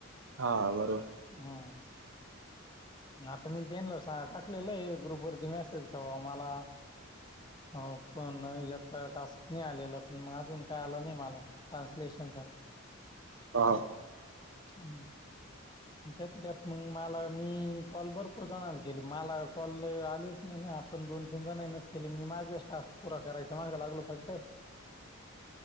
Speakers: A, on the right; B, on the left.
A: हा बरोबर.
B: हम आता मी त्यनला सहा टाक लेलंय ग्रुप वरती मेसेज कवा मला अ पण याचा टास्क नाही आलेला पण मग अजून काय आलं नाही मला. ट्रान्सलेशनचा.
A: हा.
B: हम्म. त्यात त्यात मग मला मी कॉल भरपूर जनाला केले मला कॉल आलेच नाही ना. पण दोन तीन जणांनच केले मी माझाच टास्क पुरा करायच्या माग लागलो फक्त
A: <inaudible>